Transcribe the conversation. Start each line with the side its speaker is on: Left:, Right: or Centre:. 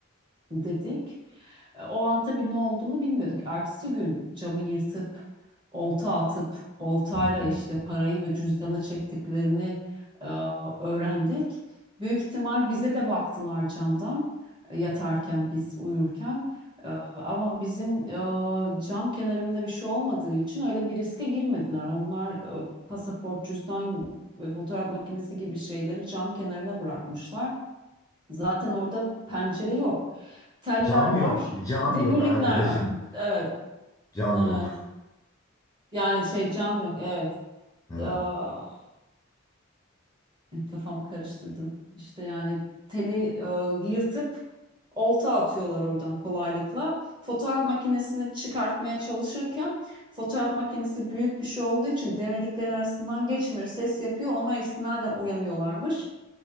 Right: dedik. E, O an tabii ne olduğunu bilmiyorduk. Ertesi gün camı yırtıp, olta atıp, oltayla
Left: <laughs>
Right: işte parayı ve cüzdanı çektiklerini e, öğrendik. Büyük ihtimal bize de baktılar camdan e, yatarken biz uyurken. E, Ama bizim e, cam kenarında bir şey olmadığı için öyle bir riske girmediler. Onlar e, pasaport, cüzdan ve fotoğraf makinesi gibi şeyleri cam kenarına bırakmışlar. Zaten orada pencere yok. Teller
Left: Cam yok,
Right: var.
Left: cam
Right: Demirlikler
Left: yok arkadaşım.
Right: var. Evet.
Left: Cam
Right: Evet.
Left: yok.
Right: Yani şey cam yok. Evet.
Left: Ha.
Right: Aa, kafamı karıştırdın. İşte yani teli e, yırtıp olta atıyorlar oradan kolaylıkla. Fotoğraf makinesini çıkartmaya çalışırken fotoğraf makinesi büyük bir şey olduğu için demirliklerin arasından geçmiyor. Ses yapıyor. Ona istinaden uyanıyorlarmış.